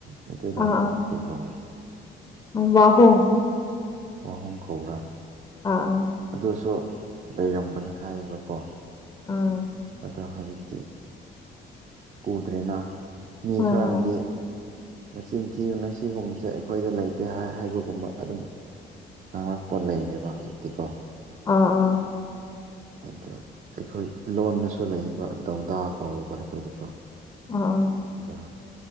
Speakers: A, on the right; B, on the left.
A: ꯃꯩꯇꯩꯂꯣꯟꯗ
B: ꯑꯥ ꯑꯥ
A: ꯈꯤꯠ ꯀꯩꯅꯣꯕ
B: ꯋꯥꯍꯣꯡ
A: ꯋꯥꯍꯣꯡ ꯀꯧꯕ꯭ꯔꯥ
B: ꯑꯥ ꯑꯥ
A: ꯑꯗꯨꯁꯨ ꯂꯩꯔꯝꯕꯅꯤ ꯍꯥꯏꯌꯦꯕꯀꯣ
B: ꯑꯥ
A: ꯑꯗ ꯍꯧꯖꯤꯛꯇꯤ ꯎꯗ꯭ꯔꯦꯅ ꯃꯤ
B: ꯍꯣꯏ
A: ꯈꯔꯅꯗꯤ
B: ꯍꯣꯏ
A: ꯃꯆꯤꯟ ꯊꯤꯕꯅꯦ ꯃꯁꯤꯒꯨꯝꯕꯁꯦ ꯑꯩꯈꯣꯏꯗ ꯂꯩꯇꯦ ꯍꯥꯏ ꯍꯥꯏꯕꯒꯨꯝꯕ ꯑꯗꯨꯝ ꯉꯥꯡꯔꯛꯄ ꯂꯩꯔꯦꯕ ꯍꯧꯖꯤꯛꯇꯤꯀꯣ
B: ꯑꯥ ꯑꯥ
A: ꯑꯗ ꯑꯩꯈꯣꯏ ꯂꯣꯟꯗꯁꯨ ꯂꯩꯕ ꯗꯧꯗꯥ ꯀꯧꯋꯦꯕ ꯑꯩꯈꯣꯏꯗꯤꯀꯣ
B: ꯑꯥ ꯑꯥ
A: ꯑꯗꯣ